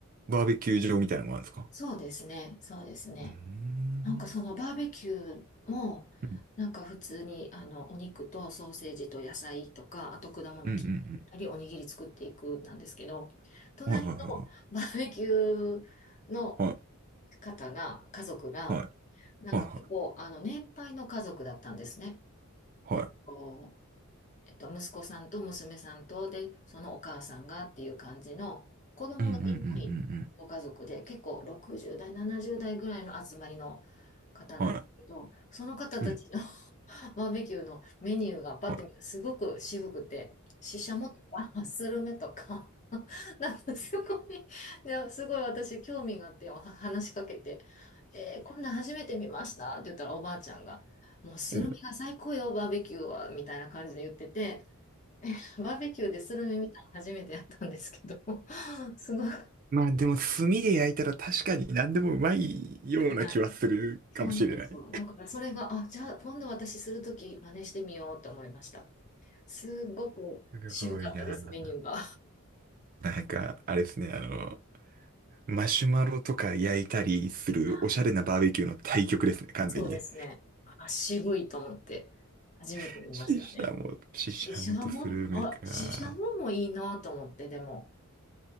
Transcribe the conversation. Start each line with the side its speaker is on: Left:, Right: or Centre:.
Right: バーベキュー場みたいなのもあるんですか
Left: そうですね、そうですね。
Right: うーん。
Left: なんかそのバーベキューも、
Right: うん
Left: なんか普通にあのお肉とソーセージと野菜とか、あと果物切ったり、
Right: うんうん
Left: おにぎり作っていくなんですけど、隣の
Right: うん。はいはいは
Left: <laughs> バーベキューの
Right: いはい。
Left: 方が、家族が、
Right: は
Left: なんか結構あの年配の家族だったんですね。
Right: いはいはい。
Left: えっと
Right: はい。
Left: えっと、息子さんと娘さんと、で、そのお母さんがっていう感じの、子供がいないご家族で、
Right: うんうんうんうん
Left: 結構60代、70代ぐらいの集まりの方なんですけど、
Right: うん。はい。
Left: その方たちの
Right: うん。
Left: <laughs> バーベキューのメニューがパッて見るとすごく渋くて、
Right: は
Left: ししゃもとか、スルメとか、<laughs> なんかすごい、ですごい私興味があって話しかけて、えーこんなん初めて見ましたって言ったらおばあちゃんが、もうスルメが最高よ、
Right: い。うん
Left: バーベキューは、みたいな感じで言ってて、バーベキューでスルメ見たの初めてやったんですけど、<laughs> すごい。
Right: まあでも炭で焼いたら確かに何でもうまいような気はするかもしれない。
Left: はい。そうなんですよ。だからそれが、あ、じゃあ今度私するとき真似してみようと思いました。すごく渋かったです、
Right: すごいな。
Left: メニューが。
Right: なんか、あれですね、あの、マシュマロとか焼いたりするおしゃれなバーベキューの対極ですね、
Left: あ
Right: 完全にね。
Left: そうですね。あ、渋いと思って、初めて見ましたね。
Right: <laughs> ししゃも、ししゃもとスルメか。
Left: シシャモ、あ、シシャモもいいなと思って、でも。